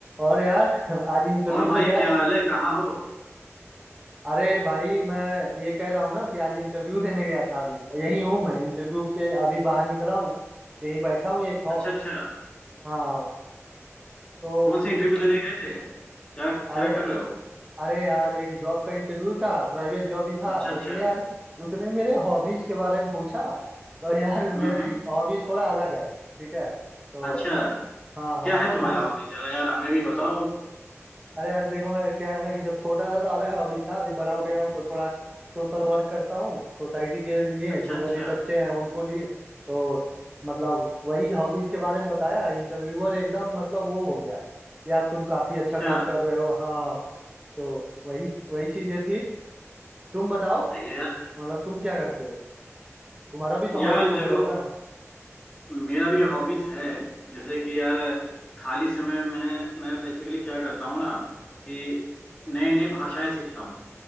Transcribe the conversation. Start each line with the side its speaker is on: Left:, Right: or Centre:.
Right: और यार <laughs> आज इंटरव्यू
Left: और भाई
Right: में गया
Left: क्या हाल है कहाँ हो
Right: अरे भाई मैं ये कह रहा हूँ ना कि आज इंटरव्यू देने गया था अभी यही हूँ मैं इंटरव्यू पे अभी बाहर निकला हूँ तो यही बैठा हूँ एक हॉ
Left: अच्छा अच्छा
Right: हाँ तो
Left: कौन से इंटरव्यू देने गए थे क्या
Right: अरे
Left: क्या कर रहे हो
Right: अरे यार एक जॉब का इंटरव्यू था प्राइवेट जॉब ही था
Left: अच्छा
Right: लेकिन
Left: अच्छा
Right: यार उसने मेरे हॉबीज के बारे में पूछा तो यार मेरा
Left: हम्म हम्म
Right: हॉबीज थोड़ा अलग है ठीक है तो
Left: अच्छा
Right: हाँ
Left: क्या
Right: हाँ
Left: है तुम्हारा
Right: तो
Left: हॉबी जरा यार हमें भी बताओ
Right: अरे यार देखो मैं क्या है ना कि जब छोटा था तो अलग हॉबीज था अभी बड़ा हो गया हूँ तो थोड़ा सोशल वर्क करता हूँ सोसाइटी के लिए
Left: अच्छा
Right: जो
Left: अच्छा
Right: गरीब बच्चे हैं उनको लिए तो मतलब वही हॉबीज के बारे में बताया इंटरव्यूअर एकदम मतलब वो हो गया यार तुम काफी
Left: अच्छा
Right: अच्छा काम कर रहे हो हाँ तो वही वही चीजें थी तुम बताओ
Left: सही है यार
Right: मतलब तुम क्या करते हो तुम्हारा भी तो
Left: यार
Right: हॉबीज वगैरह
Left: देखो
Right: होगा
Left: मेरा भी हॉबीज है जैसे कि यार खाली समय में मैं बेसिकली क्या करता हूँ ना कि नए नए भाषाएं सीखता हूँ